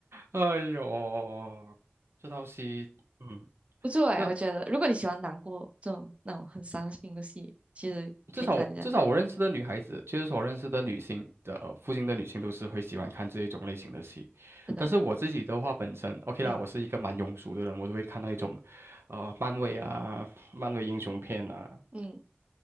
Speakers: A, on the right; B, on the right.
A: 哎呦，这套戏，嗯，
B: 不错哎，
A: 至少
B: 我觉得如果你喜欢难过这种那种很伤心的戏，其实可以看一下，
A: 至少我至少我认识的女孩子，就是说我认识的女性的、呃附近的女性都是会喜欢看这一种类型的戏。
B: 真的。
A: 但是我自己的话，本身 OK
B: 嗯
A: 啦，我是一个蛮庸俗的人，我都会看那一种，呃，漫威啊，漫威英雄片啊，
B: 嗯，